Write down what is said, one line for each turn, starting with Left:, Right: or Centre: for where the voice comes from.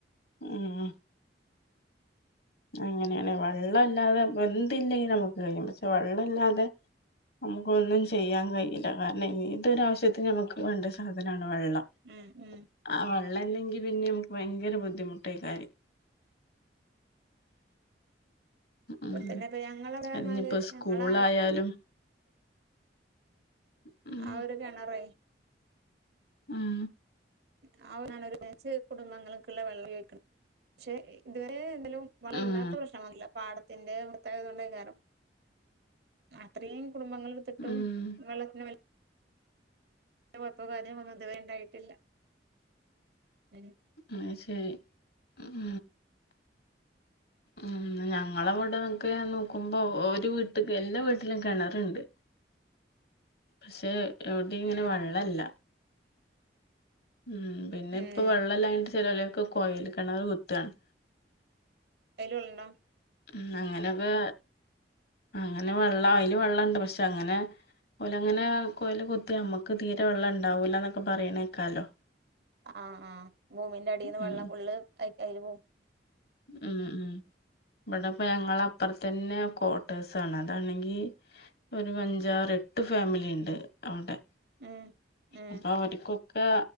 Left: ഉം ഉം അങ്ങനെയാണ് വെള്ളം ഇല്ലാതെ ഇപ്പം എന്ത് ഇല്ലെങ്കി നമ്മക്ക് കഴിയാൻ പറ്റും പക്ഷേ വെള്ളം ഇല്ലാതെ നമ്മുക്ക് ഒന്നും ചെയ്യാൻ കഴിയില്ല കാരണം എതൊര് ആവശ്യത്തിന് ഞമ്മക്ക് വേണ്ട സാധാനാണ് വെള്ളം
Right: ഉം ഉം
Left: ആഹ് വെള്ളം ഇല്ലെങ്കി പിന്നെ നമ്മക്ക് ഭയങ്കര ബുദ്ധിമുട്ട ഈ കാര്യം.
Right: ഇപ്പൊ
Left: ഉം
Right: തന്നെ ഇപ്പ ഞങ്ങളെ <unintelligible>
Left: അതിഞ്ഞിപ്പോ സ്കൂളായാലും
Right: ഞങ്ങളെ
Left: ഉം
Right: ആഹ് ഒരു കിണറേ
Left: ഉം
Right: <unintelligible> കുടുംബങ്ങൾക്കുള്ള വെള്ളം ഉപയോഗിക്ക്ണ പക്ഷേ ഇത് വരെ <unintelligible>
Left: ഉം
Right: <unintelligible> ഇല്ലാത്ത പ്രശ്നങ്ങള് ഇല്ല <unintelligible> കേറും അത്രയും കുടുംബങ്ങള് എട്ത്തിട്ടും
Left: ഉം
Right: വെള്ളത്തിന് വല്യ കൊഴപ്പേ കാര്യങ്ങൾ ഒന്നും ഇതുവരെ ഇണ്ടായിട്ടില്ല ഉം
Left: അയ് ശരി ഉം ഉം ഞങ്ങളെ അവ്ടെക്കെ നോക്കുമ്പോ ഒര് വീട്ട്ക്ക് എല്ലാ വീട്ടിലും കിണറുണ്ട് പക്ഷേ എവിടെയും ഇങ്ങനെ
Right: ഉം
Left: വെള്ളം ഇല്ല ഉം പിന്നെ
Right: ഉം
Left: ഇപ്പൊ വെള്ളം ഇല്ലാഞ്ഞ്ട്ട് ചെലവരൊക്കെ കൊയൽ കിണറ് കുത്താണ്
Right: അയ്ല് വെള്ളം ഉണ്ടോ
Left: ഉം അങ്ങനെക്കെ അങ്ങനെ വെള്ളം അയില് വെള്ളം ഇണ്ട് പക്ഷേ അങ്ങനെ ഓല് അങ്ങനെ കൊയല് കുത്തി നമ്മക്ക് തീരെ വെള്ളം ഒണ്ടാവൂല്ലാ എന്നൊക്കെ പറയണേ കേക്കാല്ലോ
Right: ആഹ് ആഹ് ഭൂമിന്റെ അടിന്ന്
Left: ഉം
Right: വെള്ളം ഫുള്ള് <unintelligible>
Left: ഉം ഉം ഇവ്ടെ ഇപ്പ ഞങ്ങള് അപ്പറത്ത് തന്നെ ക്വാർട്ടേഴ്സാണ് അതാണെങ്കി ഒരു അഞ്ചാറ് എട്ട് ഫാമിലി ഇണ്ട് അവ്ടെ
Right: ഉം ഉം
Left: അപ്പൊ അവര്കൊക്കെ